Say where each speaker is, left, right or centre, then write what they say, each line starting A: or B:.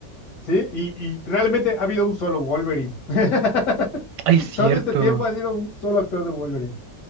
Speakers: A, on the left (about 70°); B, on the right (about 75°).
A: ¿sí? Y, y realmente ha habido un solo Wolverine. <laughs>
B: Ay, es cierto.
A: Todo este tiempo ha sido un solo actor de Wolverine.